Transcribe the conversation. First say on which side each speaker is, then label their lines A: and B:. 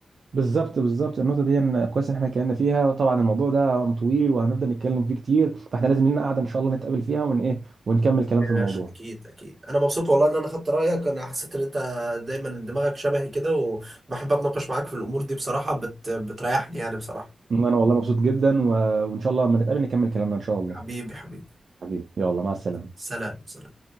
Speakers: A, on the right; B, on the right.
A: بالظبط بالظبط النقطة دي إن كويس إن إحنا اتكلمنا فيها طبعا الموضوع ده طويل وهنفضل نتكلم فيه كتير فإحنا لازم لنا قعدة إن شاء الله نتقابل فيها ون إيه ونكمل كلام
B: ماشي،
A: في الموضوع
B: اكيد اكيد انا مبسوط والله ان انا خدت رايك انا حسيت ان انت دايما دماغك شبهي كده وبحب اتناقش معاك في الامور دي بصراحه بت... بتريحني يعني بصراحه
A: وأنا والله مبسوط جدا و... وإن شاء الله لما نتقابل نكمل كلامنا إن شاء الله
B: حبيبي حبيبي
A: حبيبي يلا مع السلامة
B: سلام سلام